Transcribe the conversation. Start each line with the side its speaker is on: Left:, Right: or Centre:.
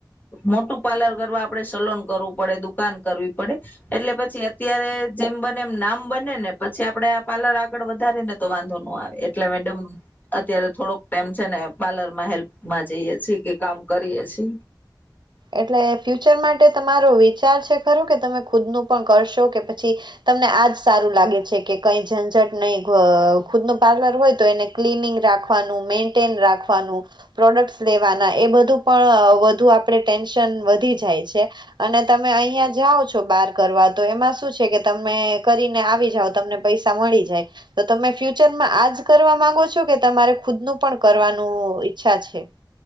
Left: મોટું પાર્લર કરવા આપડે સલોન કરવું પડે દુકાન કરવી પડે એટલે પછી અત્યારે જેમ બને એમ નામ બને ને પછી આપડે આ પાર્લર આગળ વધારે ને તો વાંધો નો આવે એટલે મેડમ અત્યારે થોડોક ટાઈમ છે ને પાર્લર માં હેલ્પ માં જઈએ. છે કે કામ કરીએે છએ.
Right: એટલે ફ્યુચર માટે તમારો વિચાર છે ખરો કે તમે ખુદનું પણ કરશો કે પછી તમને આજ સારું લાગે છે કે કઈ ઝંઝટ નહી ગ ખ ખુદનું પાર્લર હોય તો એને ક્લીનિંગ રાખવાનું મેન્ટેન રાખવાનું પ્રોડક્ટસ લેવાના એ બધું પણ વધુ આપણે. ટેન્શન વધી જાય છે. અને તમે અહિયાં જાઓ છો. બાર કરવા તો એમાં શું છે કે તમે કરીને આવી જાાવ તમને પૈસા મળી જાય તો તમે ફ્યુચરમાં આજ કરવા માંગો છો કે તમારે ખુદનું પણ કરવાનું ઈચ્છા છે.